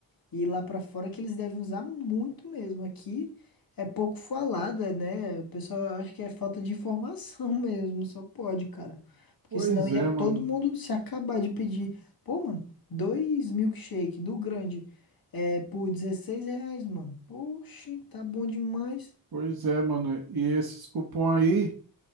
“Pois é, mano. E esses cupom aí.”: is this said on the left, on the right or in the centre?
Right